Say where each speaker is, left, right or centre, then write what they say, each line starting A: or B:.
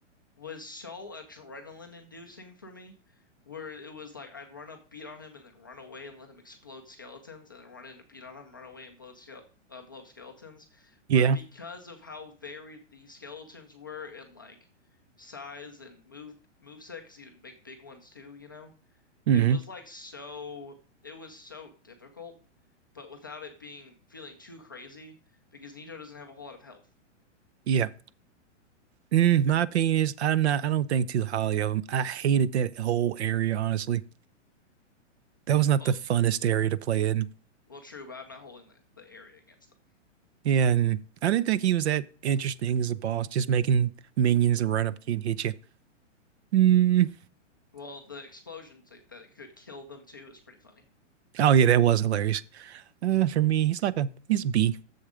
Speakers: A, on the left; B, on the right.
A: was so adrenaline inducing for me, where it was like I'd run up, beat on him, and then run away and let him explode skeletons, and then run in and beat on him, run away and blow skele uh, blow up skeletons.
B: Yeah.
A: But because of how varied the skeletons were in like size and move move set, because he would make big ones too, you know
B: hmm
A: It was like so, it was so difficult, but without it being feeling too crazy because Nito doesn't have a whole lot of health.
B: Yeah. Mm, my opinion is I'm not, I don't think too highly of him. I hated that whole area, honestly. That was not
A: Oh,
B: the funnest area to play in.
A: well, true, but I'm not holding the, the area against them.
B: Yeah, and I didn't think he was that interesting as a boss, just making minions and run up to you and hit you. Mm.
A: Well, the explosions that, that could kill them too is pretty funny.
B: Oh yeah, that was hilarious. Uh, for me, he's like a he's B.